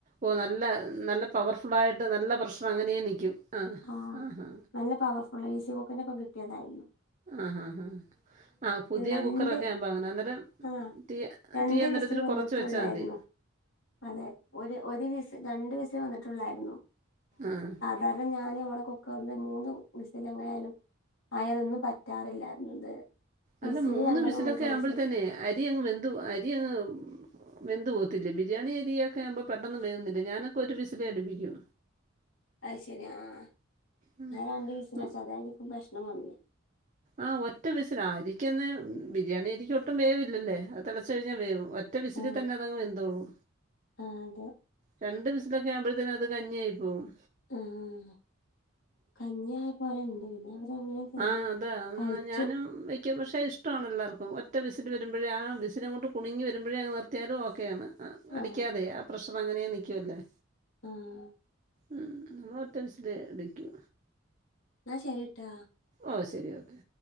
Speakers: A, on the right; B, on the left.
A: ഓഹ് നല്ല നല്ല പവർഫുള്ളായിട്ട് നല്ല പ്രശറ് അങ്ങനെ നിൽക്കും അഹ്
B: ആഹ്
A: ആഹാ.
B: നല്ല പവ ഫുള്ള ഇസി കുക്കിന്റപ്പം കിട്ടിയതായിര്ന്നു
A: അഹ് ഹ ഹ ആഹ് പുതിയ
B: രണ്ട്
A: കുക്കറൊക്കെ ആകുമ്പോ അങ്ങനെ അന്നേരം.
B: ആഹ്
A: തീ
B: രണ്ട്
A: തീ എന്നിട്ട്
B: വിസിൽ
A: ഇതില്
B: വന്നിട്ടുള്ളായിരുന്നു
A: കൊറച് വെച്ചാൽ മതി.
B: അതെ ഒരു ഒരു വിസ് രണ്ട് വിസ് വന്നിട്ടുള്ളായിരുന്നു.
A: ആഹ്
B: കാരണം ഞാന് നമ്മടെ കുക്കറില് മൂന്ന് വിസില് എങ്ങാനായാലും. അയാലൊന്നും പറ്റാറില്ലായിരുന്നു ഇത് വിസില്
A: അല്ല മൂന്ന്
B: രണ്ടെണ്ണം
A: വിസിലൊക്കെ
B: വന്നിട്ടുള്ളൂ
A: ആവുമ്പോഴത്തേനെ
B: പക്ഷെ
A: അരി അങ്ങ് വെന്ത്‌ അരി അങ്ങ് വെന്തു പോവത്തില്ലേ ബിരിയാണി അരിയൊക്കെ ആവുമ്പ പെട്ടെന്ന് വേവുന്നില്ലേ ഞാനൊക്കെ ഒരു വിസിലെ അടുപ്പിക്കു
B: അത്ശരി ആഹ്
A: ഉം.
B: ഞാൻ രണ്ട് വിസിലടിച്ച്
A: മു
B: അതായിരിക്കും പ്രശ്‌നം വന്ന്
A: ആഹ് ഒറ്റ വിസല അരിക്കൊന്ന് ബിരിയാണി അരിക്ക് ഒട്ടും വേവില്ലല്ലേ അത് തെളച്ച്കഴിഞ്ഞാ വേവും ഒറ്റ വിസില്
B: ആ
A: തന്നെ അതങ് വെന്തോള്ളൂ
B: <unintelligible>
A: രണ്ട് വിസിലൊക്കെ ആവുമ്പഴത്തേനും അത് കഞ്ഞി ആയി പോവും
B: ആഹ് കഞ്ഞിയായി പോവലിണ്ട് പിന്നെ അവരങ്ങനെ തിന്നു
A: ആഹ് അതാ
B: കഴിച്ചു
A: എന്ന ഞാനും വെ ക്കും പക്ഷെ ഇഷ്ടാണ് എല്ലാർക്കും ഒറ്റ വിസിൽ വരുമ്പഴേ ആഹ് വിസിലങ്ങോട്ട് കുണുങ്ങി വരുമ്പോഴേങ്ങ് നിത്തിയാലും ഓക്കെയാണ് ആഹ്
B: ആ
A: അടിക്കാതെ ആഹ് പ്രഷർ അങ്ങനെ നിക്കുവല്ലേ
B: <unintelligible>
A: ഉം ഒറ്റ വിസിലെ അടിക്കു
B: ന്ന ശരിട്ടാ.
A: ഓഹ് ശരി ഓക്കെ